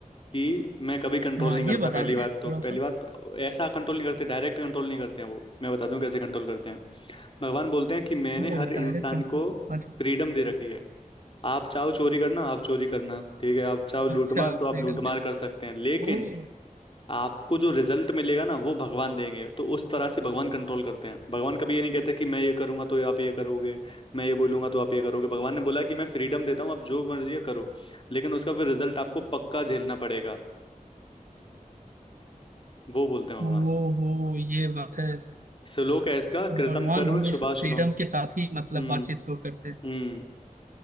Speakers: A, on the left (about 40°); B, on the right (about 70°).
A: कि मैं कभी कंट्रोल
B: हाँ
A: नहीं करता
B: ये बता
A: पहली
B: दीजिए
A: बात तो
B: थोड़ा
A: पहली
B: सा
A: बात ऐसा कंट्रोल नहीं करते डायरेक्ट कंट्रोल नहीं करते हैं वो मैं बता दूं कैसे कंट्रोल करते हैं भगवान बोलते हैं कि मैंने
B: ओ
A: हर इंसान
B: डायरेक्ट कंट्रोल
A: को
B: अच्छा
A: फ्रीडम दे रखी है आप चाहो चोरी करना आप चोरी करना ठीक है आप चाहो लूटमार
B: अच्छा
A: तो
B: फ्रीडम
A: आप लूटमार
B: दे
A: कर सकते हैं लेकिन
B: ओ
A: आपको जो रिजल्ट मिलेगा ना वो भगवान देंगे तो उस तरह से भगवान कंट्रोल करते हैं भगवान कभी ये नहीं कहते कि मैं ये करूंगा तो आप ये करोगे मैं ये बोलूंगा तो आप ये करोगे भगवान ने बोला कि मैं फ्रीडम देता हूँ आप जो मर्जी है करो लेकिन उसका फिर रिजल्ट आपको पक्का झेलना पड़ेगा वो बोलते हैं भगवान
B: ओ हो ये बात है
A: श्लोक है इसका कृतम
B: भगवान
A: कर्म
B: हमेशा
A: शुभाशुभम
B: फ्रीडम के साथ ही मतलब
A: हम्म
B: बातचीत को करते हैं
A: हम्म